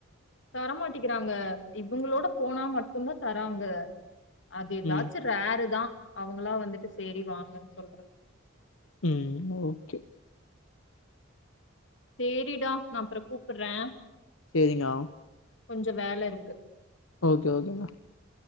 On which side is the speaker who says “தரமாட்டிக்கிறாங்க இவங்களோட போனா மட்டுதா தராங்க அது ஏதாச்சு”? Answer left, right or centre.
Left